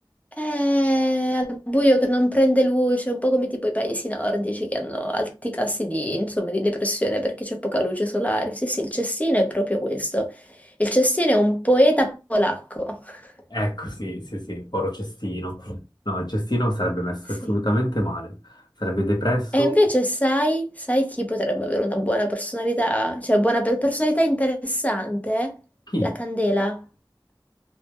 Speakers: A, on the left (about 15°); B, on the left (about 55°).
A: È al buio che non prende luce, un po' come tipo i paesi nordici che hanno alti tassi di, insomma, di depressione perché c'è poca luce solare. Sì, sì, il Cestino è proprio questo. Il Cestino è un poeta polacco. <laughs>
B: Ecco, sì, sì, sì, povero cestino. No, il cestino sarebbe messo
A: Sì.
B: assolutamente male, sarebbe depresso.
A: E invece sai, sai chi potrebbe avere una buona personalità, cioè buona per- personalità interessante?
B: Chi?
A: La candela.